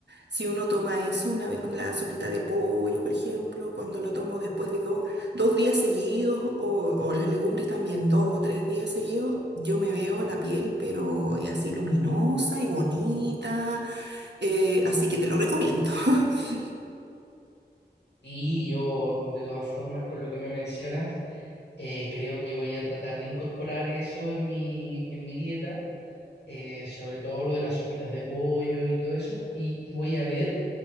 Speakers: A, on the right; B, on the left.
A: Si uno toma eso, una, ve- una sopita de pollo, por ejemplo, cuando lo tomo después de dos dos días seguidos, o, o las legumbres también dos o tres días seguidos, yo me veo la piel, pero eh, así luminosa y bonita. eh, así que te lo recomiendo. <laughs>
B: Y yo, de todas formas, con lo que me mencionas, eh, creo que voy a tratar de incorporar eso en mi, en mi dieta, eh, sobre todo lo de las sopitas de pollo y todo eso, y, y voy a ver